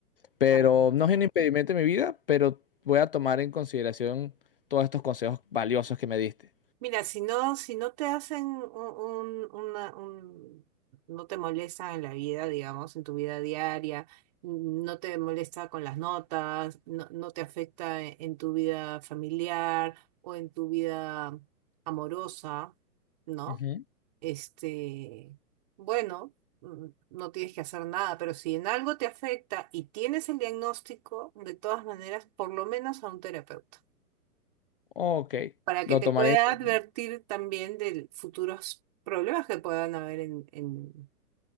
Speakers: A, on the left; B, on the right.
A: Pero
B: claro.
A: no es un impedimento en mi vida, pero voy a tomar en consideración todos estos consejos valiosos que me diste.
B: Mira, si no, si no te hacen un, un- una, un- no te molestan en la vida, digamos, en tu vida diaria, no te molesta con las notas, no, no te afecta en, en tu vida familiar o en tu vida amorosa, ¿no?
A: Ujú.
B: este, bueno, mm, no tienes que hacer nada, pero si en algo te afecta y tienes el diagnóstico, de todas maneras, por lo menos a un terapeuta,
A: Ok,
B: para
A: lo
B: que te
A: tomaré.
B: pueda
A: entonces.
B: advertir también de futuros problemas que puedan haber en, en,